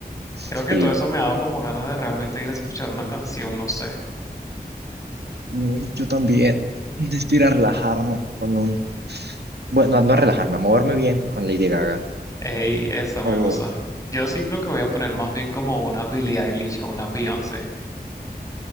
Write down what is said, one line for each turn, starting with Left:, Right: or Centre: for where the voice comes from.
Right: Sí.
Left: Creo que todo eso me ha dado como ganas de realmente ir a escuchar una canción, no sé.
Right: Uy, yo también. Necesito ir a relajarme con un... Bueno, no a relajarme, a moverme bien con Lady Gaga.
Left: Hey, eso
Right: Por favor.
Left: me gusta. Yo sí creo que voy a poner más bien como una Billie Eilish o una Beyoncé.